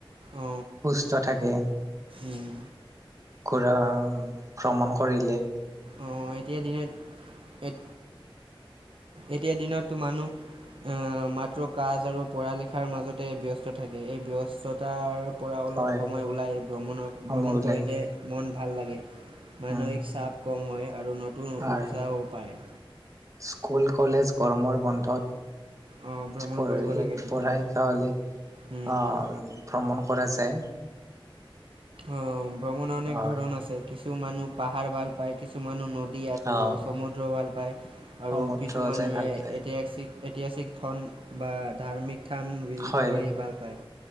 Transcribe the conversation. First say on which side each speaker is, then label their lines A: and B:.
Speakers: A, on the right (about 70°); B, on the right (about 35°).
A: অ,
B: সুষ্ট থাকে।
A: উম,
B: ঘূৰা ভ্ৰমণ কৰিলে।
A: অঁ', এতিয়া দিনত, এত এতিয়া দিনততো মানুহ আ মাত্ৰ কাজ আৰু পঢ়া লিখাৰ মাজতে ব্যস্ত থাকে এই ব্যস্ততাৰ পৰা অলপ
B: হয়
A: সময় ওলায় ভ্ৰমণক
B: সময়
A: ভ্ৰমণ
B: ওলাই
A: কৰিলে মন ভাল লাগে মানসিক
B: উম
A: চাপ কম হয় আৰু নতুন
B: হয়
A: উৎসাহো পায়
B: স্কুল কলেজ গৰমৰ বন্ধত
A: অ, ভ্ৰমণ
B: পঢ়ে
A: কৰিব
B: সি
A: লাগে তেতিয়া।
B: পঢ়া কাৰণে
A: উম,
B: আহ
A: হুম।
B: ভ্ৰমণ কৰে যে।
A: অঁ! ভ্ৰমণ অনেক
B: হয়
A: ধৰণ আছে কিছু মানুহ পাহাৰ ভাল পায়, কিছু মানুহ নদী নদী
B: অঁ
A: আৰু সমুদ্ৰ ভাল পায়
B: সমুদ্ৰ
A: আৰু কিছু মানুহে
B: যাই ভাল পায়
A: ঐতিহাসিক ঐতিহাসিক ফন বা ধাৰ্মিক স্থান ভিজিট
B: হয়
A: কৰি ভাল পায়।